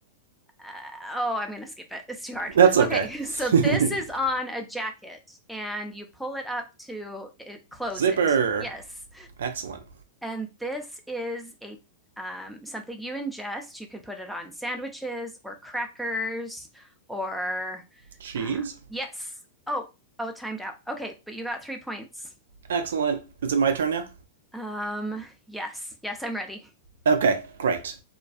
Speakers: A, in the centre; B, on the right.
A: uh, oh, I'm going to skip it. It's too hard.
B: That's okay.
A: Okay, <laughs> so this
B: <laughs>
A: is on a jacket and you pull it up to it, close
B: Zipper.
A: it. Yes.
B: Excellent.
A: And this is a um, something you ingest. You can put it on sandwiches or crackers or
B: Cheese.
A: uh, yes. Oh, oh, timed out. Okay, but you got three points.
B: Excellent. Is it my turn now?
A: Um, yes, yes, I'm ready.
B: Okay, great.